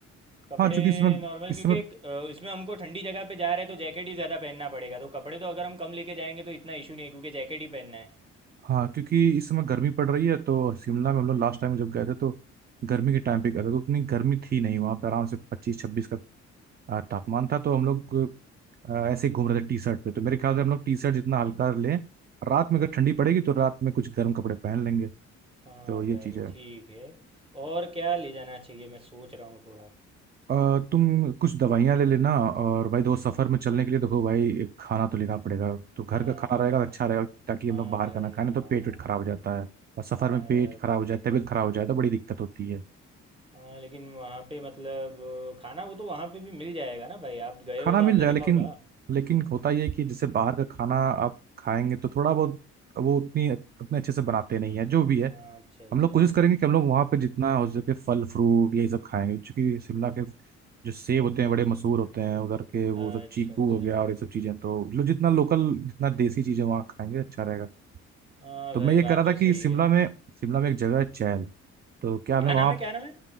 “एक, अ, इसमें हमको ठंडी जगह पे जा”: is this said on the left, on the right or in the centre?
Right